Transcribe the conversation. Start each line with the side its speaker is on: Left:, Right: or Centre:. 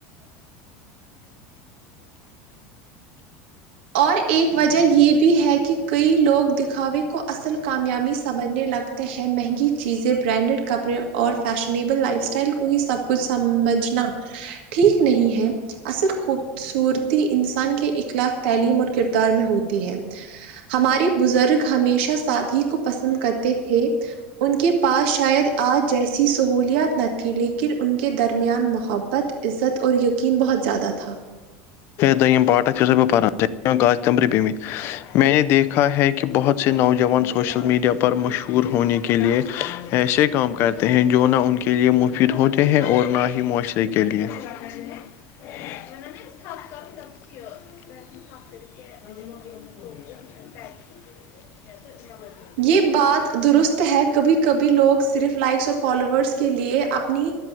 Right: اور ایک وجہ یہ بھی بھی ہے کہ کئی لوگ دکھاوے کو اصل کامیابی سمجھنے لگتے ہیں مہنگی چیزیں برانڈڈ کپڑے اور فیشنیبل لائف اسٹائل کو ہی سب کچھ سمجھنا ٹھیک نہیں ہے اصل خوبصورتی انسان کے اخلاق کے تعلیم اور کردار میں ہوتی ہے ہمارے بزرگ ہمیشہ سادگی کو پسند کرتے تھے ان کے پاس شاید آج جیسی سہولیات نہ تھی لیکن ان کے درمیان محبت عزت اور یقین بہت زیادہ تھا
Left: دم پاٹت سے ب پان گااز تمبری پمت میں نے دیکھا ہے کہ بہت سے نوجوان سوشل میڈیا پر مشہور ہونے کے لئے ایسے کام کرتے ہیں جو نہ ان کی کے لیے مفید ہوتے ہیں اور نہ ہی معاشرے کے لیے ن تھپپ س
Right: یہ بات درست ہے کبھی کبھی لوگ صرف لائکس اور فالوورس کے لیے اپنی